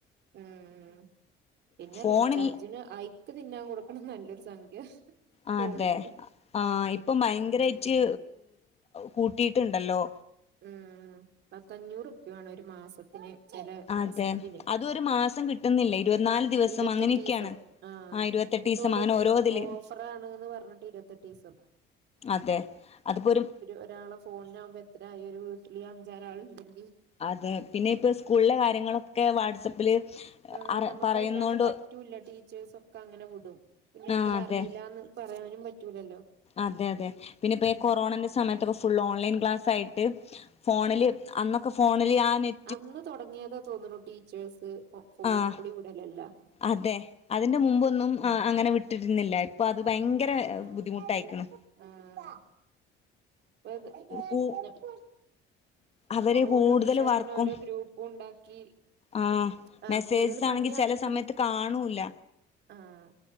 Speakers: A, on the right (about 55°); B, on the left (about 30°).
A: ഉം പിന്നെ
B: ഫോണിൽ
A: റീചാർജിന് ആയി തിന്നാൻ കൊടുക്കണം നല്ലൊരു സംഖ്യ.
B: ആ
A: ഫോണിന്
B: അതെ ആ ഇപ്പൊ ഭയങ്കരയിട്ട്
A: ഉം
B: കൂട്ടിയിട്ടുണ്ടല്ലോ?
A: ഉം പത്തഞ്ഞൂറുപ്പയ വേണം ഒരു മാസം ന് ചില
B: അതെ
A: ഇതിന്
B: അതും ഒരു മാസം കിട്ടുന്നില്ല ഇരുപത്തിനാല് ദിവസം
A: ഇരുപത്തെട്ട്
B: അങ്ങനെയൊക്കെയാണ്
A: ഈസം ആഹ്
B: ആ ഇരുപത്തെട്ടീസം
A: എന്നിട്ട് ഒല്
B: അങ്ങനെ ഓരോതില്
A: ഓഫറാണ്ന്ന് പറഞ്ഞിട്ട് ഇരുപത്തെട്ട് ദിവസം
B: അതെ അതിപ്പോ ഒരു
A: ഒരാളെ ഫോണ് ആവുമ്പോ എത്രായി ഒരു വീട്ടില് അഞ്ചാറ് ആൾുണ്ടെങ്കിൽ
B: അതെ പിന്നെ ഇപ്പ സ്കൂളിലെ കാര്യങ്ങളൊക്കെ വാട്സപ്പില്
A: ആ
B: അ
A: ഞമ്മക്ക്
B: പറയുന്നോണ്ട്
A: അത് ഇല്ലാണ്ട് പറ്റൂല്ല ടി സിസൊ ഒക്കെ അങ്ങനെ വിടും പിന്നെ
B: ആ
A: നമ്മള
B: അതെ
A: അറിയിലന്ന് പറയാനും പറ്റൂലല്ലോ?
B: അതെ അതെ പിന്നെ ഇപ്പോ
A: ഉം
B: കൊറോണന്റെ സമയത്തൊക്കെ ഫുൾ ഓൺലൈൻ ക്ലാസ് ആയിട്ട് ഫോണില് അന്നൊക്കെ ഫോണില് ആ നെറ്റ്
A: അന്ന് തുടങ്ങിയതാ തോന്നുന്നു ടീച്ചേഴ്സ് ഫോൺ
B: ആഹ്
A: കൂടി വിടെലല്ലാം.
B: അതെ അതിന്റെ മുമ്പൊന്നും അങ്ങനെ വിട്ടിരുന്നില്ല. ഇപ്പൊ അത് ഭയ ഭയങ്കര
A: ആഹ്
B: ബുദ്ധിമുട്ടായ്ക്ക്ണ്
A: ആഹ് <unintelligible>
B: കൂ അവര്
A: ഓരോ
B: കൂടുതൽ
A: വിഷയത്തിനും
B: വർക്കും
A: ഓരോ ഗ്രൂപ്പൂ ണ്ടാക്കി
B: ആഹ്
A: ആഹ്
B: മെസ്സേജസ്
A: കൂടുതല് പണ്യാ
B: ആണെങ്കി ചെല
A: ക്കീക്കുണു
B: സമയത്ത് കാണൂല്ല.
A: ആഹ്